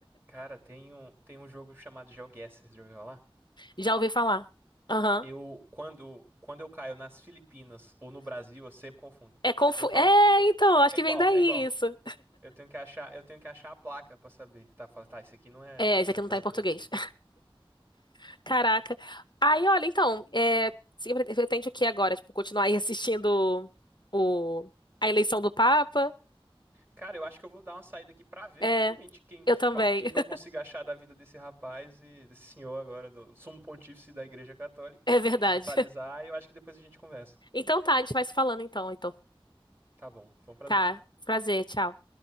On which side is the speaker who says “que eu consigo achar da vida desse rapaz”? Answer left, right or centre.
Right